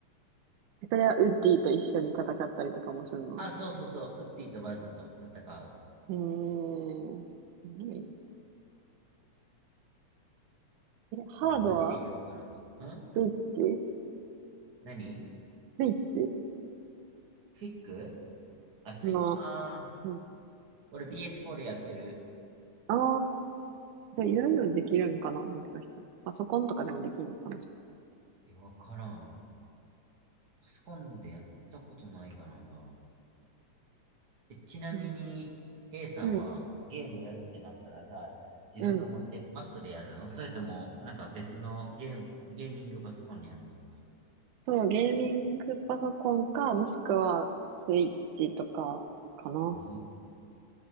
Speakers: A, on the right; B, on the right.
A: それはウッディと一緒に戦ったりとかもするの。
B: あ、そうそうそう。ウッディとバズと戦う。
A: へえー。何え、
B: 俺マジで酔うからな。
A: ハードは
B: ん
A: スイッチ
B: 何
A: スイッチ
B: フィックあ、スイッチ、
A: の、
B: ああ、
A: うん、
B: 俺 BS4 でやってる。
A: ああ、じゃあいろいろできるんかなもしかしたら。パソコンとかでもできるのかな
B: え、わからん。パソコンでやったことないからな。えちなみに、
A: うん。
B: A さんはゲームやるってなったらさ、
A: うん。
B: 自分が持ってる
A: うん
B: Mac でやるのそれとも、なんか別のゲーム、ゲーミングパソコンにやるの
A: そう、ゲーミングパソコンか、もしくはスイッチとかかな。
B: うん